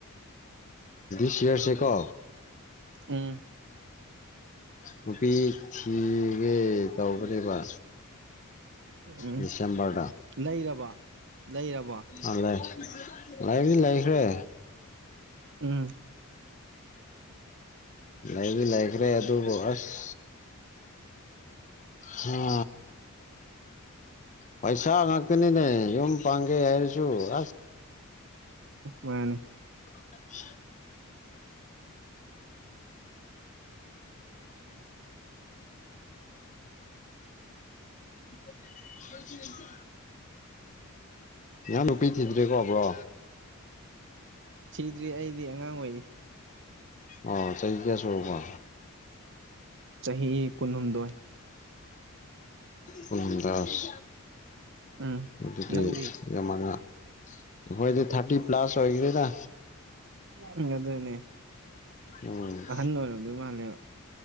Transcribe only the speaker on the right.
ꯎꯝ
ꯎꯝ
ꯂꯩꯔꯕꯣ ꯂꯩꯔꯕꯣ
ꯎꯝ
ꯃꯥꯅꯦ
ꯁꯤꯗ꯭ꯔꯤ ꯑꯩꯗꯤ ꯑꯉꯥꯡ ꯑꯣꯏꯔꯤ
ꯆꯍꯤ ꯀꯨꯟꯍꯨꯝꯗꯣꯏ
ꯎꯝ
ꯅꯪꯗꯤ
ꯎꯝ ꯑꯗꯨꯅꯦ
ꯑꯍꯟ ꯑꯣꯏꯔꯕꯝꯗꯣꯏ ꯃꯥꯜꯂꯦꯕ